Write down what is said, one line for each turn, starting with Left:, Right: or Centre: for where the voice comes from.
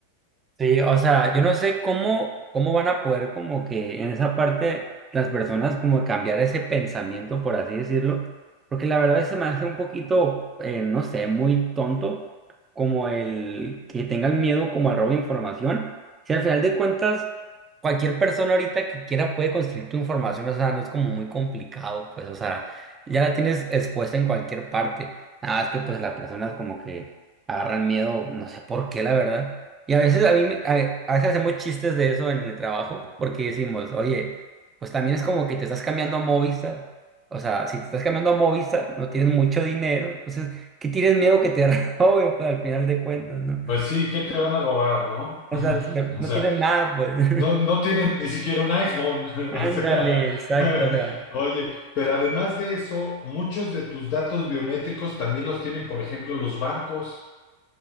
Right: Sí, o sea, yo no sé cómo, cómo van a poder como que en esa parte las personas como cambiar ese pensamiento, por así decirlo, porque la verdad se me hace un poquito, eh, no sé, muy tonto como el que tengan miedo como al robo de información. Si al final de cuentas cualquier persona ahorita que quiera puede conseguir tu información, o sea, no es como muy complicado, pues, o sea, ya la tienes expuesta en cualquier parte. Nada más que pues las personas como que agarran miedo, no sé por qué, la verdad. Y a veces a mí, me- a, a veces hacemos chistes de eso en el trabajo, porque decimos, oye, pues también es como que te estás cambiando a Movistar. O sea, si te estás cambiando a Movistar, no tienes mucho dinero. Entonces, ¿qué tienes miedo que te <laughs> roben? Pues al final de cuentas, ¿no?
Left: Pues sí, ¿qué te van a robar, no?
Right: O
Left: <laughs>
Right: sea, si no
Left: O
Right: no
Left: sea,
Right: tienes nada, pues. <laughs>
Left: No, no tienen ni siquiera un iPhone, <laughs>
Right: Ándale,
Left: o sea,
Right: exacto.
Left: <laughs>
Right: O sea,
Left: oye, pero además de eso, muchos de tus datos biométricos también los tienen, por ejemplo, los bancos.